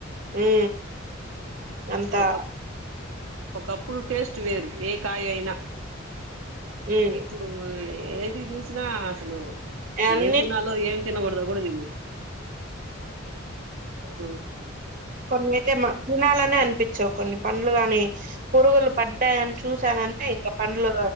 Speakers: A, on the right; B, on the right.
A: ఉ నంతా
B: ఒక ఒకప్పుడు టేస్ట్ వేరు ఏ కాయ అయినా
A: హ్మ్.
B: ఇప్పుడు వె ఏది చూసినా అసలు
A: అన్నిటి
B: ఏమ్ తినాలో ఏమ్ తినకూడదో గూడ తెలీదు అ
A: కొన్ని అయితే మా తినాలనే అనిపించవు కొన్ని పండ్లు గాని పురుగులు పడ్డాయని చూసానంటే ఇంక పండ్లు